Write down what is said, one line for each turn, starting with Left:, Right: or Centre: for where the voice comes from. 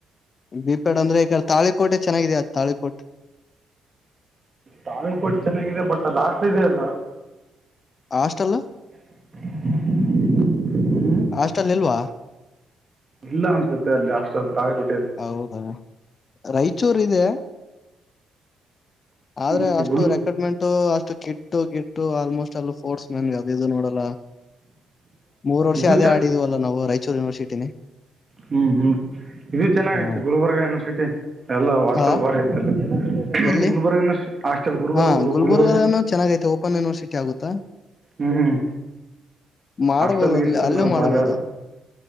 Left: ಬಿಪೆಡ್ ಅಂದ್ರೆ ಈಕ ತಾಳಿಕೋಟೆ ಚೆನ್ನಾಗಿದೆ ಅ ತಾಳಿಕೋಟೆ
Right: ತಾವಿ ಕೋಟ್ಟಿ ಚೆನ್ನಾಗಿದೆ ಬಟ್ ಲಾಸ್ಟ್ ಇ ಅಲ್ಲ
Left: ಹಾಸ್ಟಲ್
Right: <unintelligible> ಹ್ಞೂ
Left: ಅಷ್ಟಲ್ಲಿ ಇಲ್ವಾ
Right: ಇಲ್ಲ ಅನ್ಸುತ್ತೆ ಅಲ್ಲಿ ಹಾಸ್ಟೆಲ್ ತಾಳೆ ಕೊಟ್ಟು
Left: ಹೌದಾ ರಾಯಚೂರ್ ಇದೆ
Right: ಹ್ಞೂ
Left: ಆದ್ರೆ ಅಷ್ಟು
Right: ಗುಲ್
Left: ರೆಕ್ರೂಟ್ಮೆಂಟ್ು ಅಷ್ಟು ಕಿಟ್ಟು ಗಿಟ್ಟು ಆಲ್ಮೋಸ್ಟ್ ಎಲ್ಲ ಫೋರ್ಸ್ ನನ್ ಗ ಅದದು ನೋಡಲ್ಲ ಮೂರ್ ವರ್ಷ
Right: ಇದು
Left: ಅದೇ ಆಡಿದವಲ್ಲ ನಾವು ರಾಯಚೂರು ಯೂನಿವರ್ಸಿಟಿನೇ
Right: ಹ್ಮ್ ಹ್ಮ್ ಇದು ಚೆನ್ನಾಗೈತಿ
Left: ಹಾ
Right: ಗುಲ್ಬರ್ಗ ಯೂನಿವರ್ಸಿಟಿ ಎಲ್ಲ ಹಾಸ್ಟೆಲ್
Left: ಆ?
Right: ಬಾರಿ ಐತ್ತಲ್ಲಿ.
Left: ಎಲ್ಲಿ
Right: ಗುಲ್ಬರ್ಗ ಹಟಲ್ ಗುಬ
Left: ಹಾ ಗುಲ್ಬರ್ಗನು
Right: ಗುಲ್ಬರ್ಗ
Left: ಚೆನ್ನಾಗೈತೆ ಓಪನ್ ಯೂನಿವರ್ಸಿಟಿ ಆಗುತ್ತಾ
Right: ಹ್ಮ್
Left: ಮಾಡ್ಬೋದು
Right: ಹಸ್ಟಲ್
Left: ಅಲ್ಲಿ ಅಲ್ಲೂ
Right: ಗ
Left: ಮಾಡ್ಬೋದು
Right: ಬಾರಿ